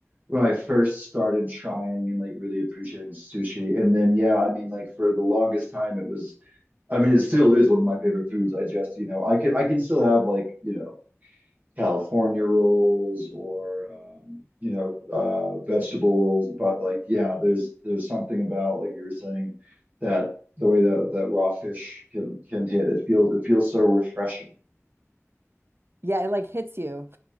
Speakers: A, on the right; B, on the right.
A: when I first started trying and like really appreciating sushi. And then yeah, I mean like for the longest time it was I mean it still is one of my favorite foods. I just, you know, I can I can still have like, you know, California rolls or um, you know uh, vegetable rolls, but like yeah, there's there's something about like you were saying that the way that that raw fish can can hit it feels it feels so refreshing.
B: Yeah, it like hits you.